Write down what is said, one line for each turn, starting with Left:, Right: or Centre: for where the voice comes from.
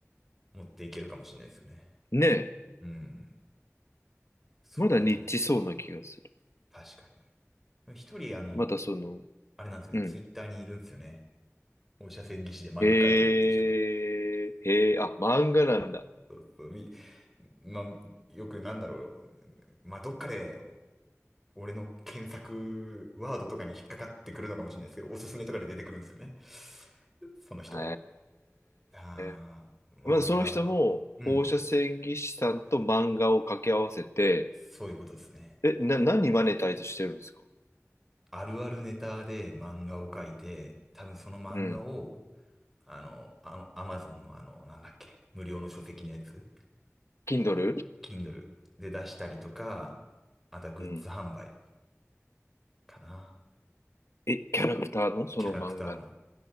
Centre: 持っていけるかもしれないですよね。
Left: ねえ。
Centre: うん。それをでもな、
Left: まだニッチそうな気がする。
Centre: 確かに。一人、あの、
Left: またその、
Centre: あれなんですよね。
Left: うん。
Centre: ツイッターにいるんですよね。放射線技師で漫画描いてるっていう人が。
Left: へえ、へえ、あ、漫画なんだ。
Centre: そうそうみまあ、よくなんだろう。まあ、どっかで、俺の検索ワードとかに引っかかってくるのかもしれないですけど、おすすめとかで出てくるんですよね。その人が。
Left: へ
Centre: ああ、
Left: え。
Centre: まあ、
Left: まずその人も放射線技師さんと漫画を掛け合わせて、
Centre: いやー、うん。そういうことですね。
Left: え、な、何マネタイズしてるんですか
Centre: あるあるネタで漫画を描いて、多分その漫画を、
Left: うん。
Centre: あの、ア、アマゾンのあの、なんだっけ、無料の書籍のやつ、
Left: Kindle?
Centre: Kindle で出したりとか、あとはグッズ販売
Left: うん。
Centre: かな。
Left: え、キャラクターのその漫画の。
Centre: キャラクターの